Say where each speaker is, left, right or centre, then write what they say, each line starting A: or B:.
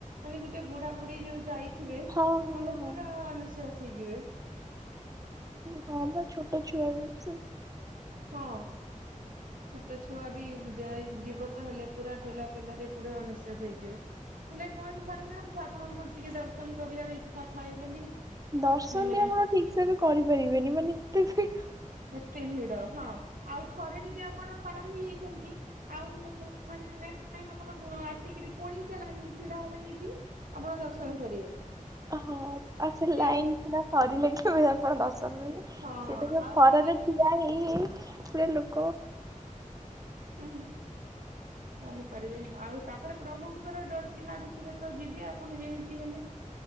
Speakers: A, on the right; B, on the right.
A: ମାନେ ଗୋଟେ ବୁଢ଼ା ବୁଢ଼ୀ ଯୋଉ ଯାଇଥିବେ
B: ହଁ ହଁ
A: ମାନେ ପୁରା ଅଣନିଃଶ୍ବାସ ହେଇଯିବେ।
B: ହଁ ବା ଛୋଟ ଛୁଆବି ସେ
A: ହଁ ଛୋଟ ଛୁଆ ବି ଯାଇ ଯିବ ତ, ହେଲେ ପୁରା ଠେଲା ପେଲାରେ ପୁରା ଅନିଶ୍ୱାସୀ ହେଇଯିବେ। ହେଲେ କଣ <unintelligible> ଠାକୁରଙ୍କର ଟିକେ ଦର୍ଶନ କରିବାର ଇଚ୍ଛା ଥାଏ ବୋଲି
B: ଦର୍ଶନ
A: ମାନେ
B: ବି ଆପଣ ଠିକ ସେ ବି କରିପାରିବେନି ମାନେ ଏତେ। <unintelligible>
A: ଏତେ ଭିଡ? ହଁ ଆଉ ଥରେ ଯଦି ଆପଣ ପାର ହେଇଯାଇଛନ୍ତି, ଆଉ ମାନେ ନେକ୍ସଟ ଟାଇମ ଆପଣ ଆସିକିରି ପୁଣି ସେ ଲାଇନ ରେ ଛିଡ଼ାହେଲେ ହେଲେ ଯାଇକି, ଆପଣ ଦର୍ଶନ କରିବେ।
B: ହଁ ଆଉ, ସେ ଲାଇନ୍
A: ଯେ
B: କିନା ସରିଲେ କେ ଆପଣ ଦର୍ଶନ କରିବେ।
A: ହଁ
B: ସେ ତ ଯୋଉ
A: ଆଉ
B: ଖରାରେ
A: ମାନେ
B: ଠିଆ ହେଇ ହେଇ ପୁରା ଲୋକ
A: ହୁଁ। କଣ କରିବେ -ଆଉ ତାପରେ ପ୍ରଭୁଙ୍କର ଡୋରି ଲାଗିଥିଲେ ତ, ଯିବେ ଆପଣ ଯେମିତି ହେଲେ।